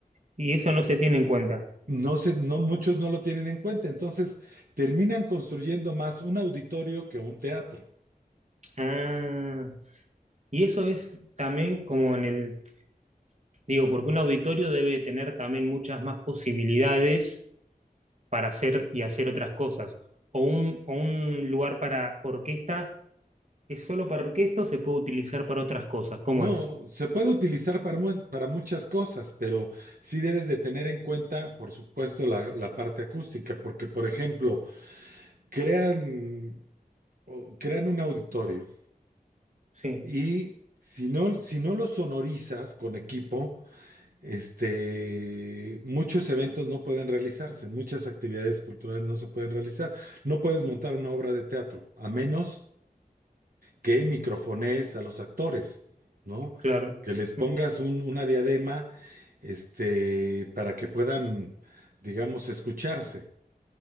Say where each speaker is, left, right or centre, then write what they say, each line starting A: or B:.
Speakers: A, on the right; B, on the right.
A: Y eso no se tiene en cuenta.
B: No se, no, muchos no lo tienen en cuenta. Entonces terminan construyendo más un auditorio que un teatro.
A: Ah, y eso es también como en el, digo, porque un auditorio debe tener también muchas más posibilidades para hacer y hacer otras cosas. O un, o un lugar para orquesta es solo para orquesta o se puede utilizar para otras cosas. ¿Cómo
B: No,
A: es?
B: se puede utilizar para, mu- para muchas cosas, pero sí debes de tener en cuenta, por supuesto, la, la parte acústica, porque, por ejemplo, crean, o- crean un auditorio
A: Sí,
B: y si no, si no lo sonorizas con equipo, este, muchos eventos no pueden realizarse, muchas actividades culturales no se pueden realizar. No puedes montar una obra de teatro, a menos que microfonees a los actores, ¿no?
A: claro.
B: Que les pongas
A: Mm,
B: un- una diadema, este, para que puedan, digamos, escucharse.